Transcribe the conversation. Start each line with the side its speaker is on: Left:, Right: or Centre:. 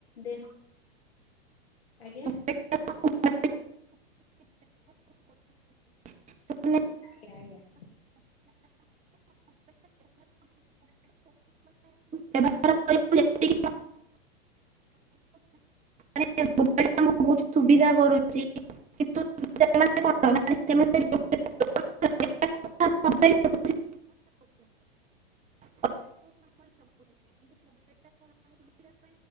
Left: ଦେହ ଆଜ୍ଞା?
Right: <unintelligible> <unintelligible>
Left: ଆଜ୍ଞା ଆଜ୍ଞା।
Right: ବ୍ୟବହାର କରିବୁ ଯେତିକି ମାନ ମୋବାଇଲ୍ ବହୁତ ସୁବିଧା କରୁଚି କିନ୍ତୁ <unintelligible> କଣ <unintelligible> <unintelligible> <unintelligible> ତ <inaudible>